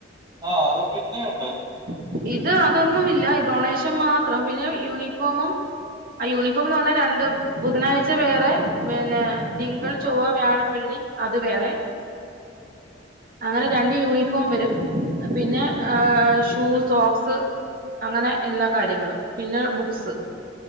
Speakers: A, on the right; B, on the right.
A: ആഹ് അത് പിന്നെയുണ്ട്.
B: ഇത് ഇത് അതൊന്നുമില്ല ഈ ഡൊണേഷൻ. ഷൻ മാത്രം പിന്നെ യൂണിഫോമും ആ യൂണിഫോം എന്ന് പറഞ്ഞാൽ രണ്ട്. ബുധനാഴ്ച വേറെ പിന്നെ തിങ്കൾ ചൊവ്വ വ്യാഴം വെള്ളി അത് വേറെ. അങ്ങനെ രണ്ട് യൂണിഫോം വരും, പിന്നെ ഷൂ സോക്സ് അങ്ങനെ എല്ലാ കാര്യങ്ങളും, പിന്നെ ബുക്സ്